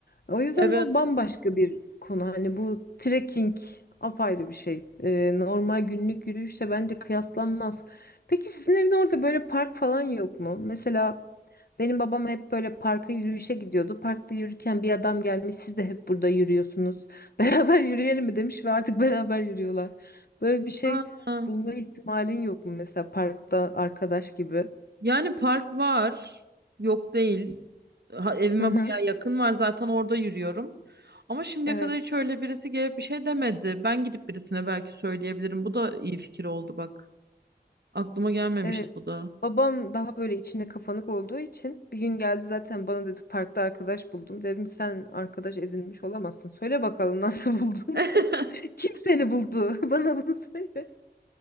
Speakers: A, on the left; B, on the right.
A: O yüzden
B: Evet.
A: o bambaşka bir konu. Hani bu trekking apayrı bir şey. Ee, normal günlük yürüyüşle bence kıyaslanmaz. Peki sizin evin orada böyle park falan yok mu? Mesela benim babam hep böyle parka yürüyüşe gidiyordu. Parkta yürürken bir adam gelmiş, siz de hep burada yürüyorsunuz. <laughs> Beraber yürüyelim mi demiş ve artık beraber yürüyorlar. Böyle bir şey
B: Ha, ha.
A: bulma ihtimalin yok mu mesela parkta arkadaş gibi?
B: Yani park var. Yok değil. Ha, evime
A: Hı hı.
B: baya yakın var zaten orada yürüyorum. Ama şimdiye
A: Evet.
B: kadar hiç öyle birisi gelip bir şey demedi. Ben gidip birisine belki söyleyebilirim. Bu da iyi fikir oldu bak. Aklıma gelmemişti
A: Evet.
B: bu da.
A: Babam daha böyle içine kapanık olduğu için bir gün geldi zaten bana dedi parkta arkadaş buldum. Dedim sen arkadaş edinmiş olamazsın. Söyle bakalım nasıl buldun?
B: <laughs>
A: <laughs> Kim seni buldu? <laughs> Bana bunu söyle.